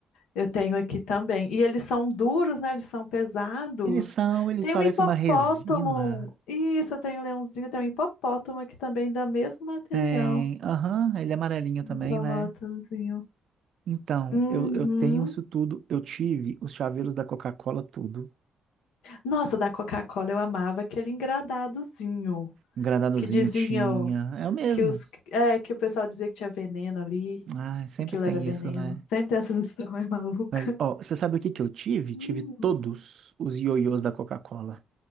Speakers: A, on the left; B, on the right.
A: Eu tenho aqui também. E eles são duros, né? Eles são pesados.
B: Eles são, eles
A: Tem
B: parecem
A: um hipopótamo.
B: uma resina.
A: Isso, eu tenho um leãozinho, tem um hipopótamo aqui também, da mesmo material.
B: Tem. Aham, ele é amarelinho
A: Um
B: também,
A: hipopótamozinho.
B: né? Então,
A: Uhum.
B: eu, eu tenho isso tudo. Eu tive os chaveiros da Coca-Cola, tudo.
A: Nossa, da Coca-Cola eu amava aquele engradadozinho
B: Engradadozinho
A: que diziam
B: tinha. É o mesmo.
A: que os é, que o pessoal dizia que tinha veneno ali.
B: Ah, sempre
A: Aquilo
B: tem
A: era veneno.
B: isso, né?
A: Sempre tem essas <laughs> histórias malucas.
B: Mas, ó, você sabe o que que eu tive?
A: Hum.
B: Tive todos os ioiôs da Coca-Cola.